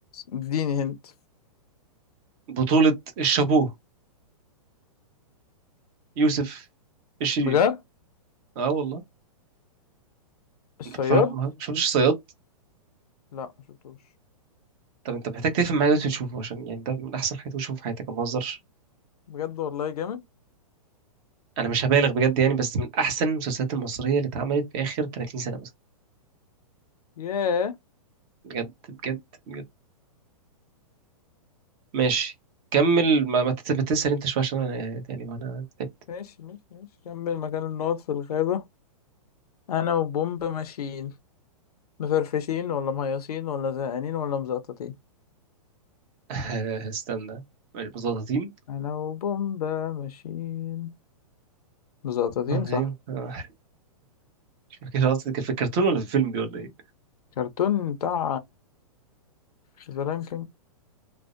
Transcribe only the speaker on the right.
بطوله الشابوه يوسف الشريف
اه والله
انت فرق ما شفتش صياد
طب انت محتاج تفهم معايا دلوقتي وتشوفه عشان يعني ده من احسن حاجات بتشوفها في حياتك ما بهزرش
انا مش هبالغ بجد يعني بس من احسن المسلسلات المصريه اللي اتعملت في اخر 30 سنه مثلا
بجد بجد بجد ماشي كمل ما, ما تت- تسأل انت شويه عشان انا يعني وانا تعبت
<laughs> استنى ماشي، مظبطين
مظبطين
<laughs> آه، مش فاكر اصلا كان في الكرتون ولا في الفيلم دي ولا ايه